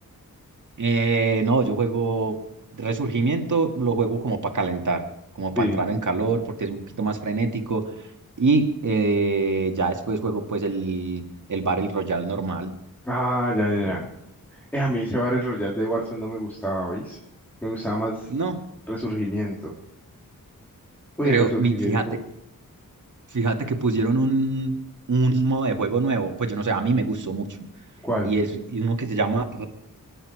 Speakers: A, on the right; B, in the centre.
A: Eh, no, yo juego Resurgimiento, lo juego como para calentar, como para
B: Sí.
A: entrar en calor, porque es un poquito más frenético, y eh, ya después juego pues el, el Battle Royale normal.
B: Ah, ya, ya,
A: el-
B: ya. Eh, a mí ese Battle Royale de Warzone no me gustaba, ¿oís? Me gustaba más
A: No,
B: Resurgimiento. Uy,
A: Pero
B: en Resurgimiento,
A: mi, fíjate, fíjate que pusieron un, un modo de juego nuevo, pues yo no sé, a mí me gustó mucho.
B: ¿cuál?
A: Y es uno que se llama